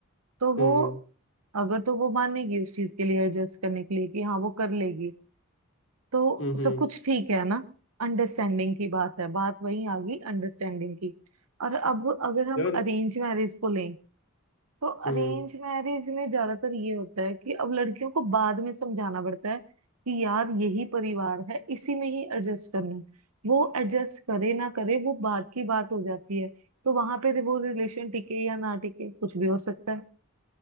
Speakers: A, on the right; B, on the left.
A: तो वो
B: हम्म
A: अगर तो वो मानेगी उस चीज के लिए एडजस्ट करने के लिए कि हाँ वो कर लेगी तो
B: हम्म हम्म
A: सब कुछ ठीक है ना अंडरस्टैंडिंग की बात है बात वही आ गई अंडरस्टैंडिंग की और अब अगर हम
B: यार
A: अरेंज मैरिज को लें तो
B: हम्म
A: अरेंज मैरिज में ज्यादातर ये होता है कि अब लड़कियों को बाद में समझाना पड़ता है कि यार यही परिवार है इसी में ही एडजस्ट करना है वो एडजस्ट करे ना करे वो बात की बात हो जाती है तो वहां पे वो रिलेशन टिके या ना टिके कुछ भी हो सकता है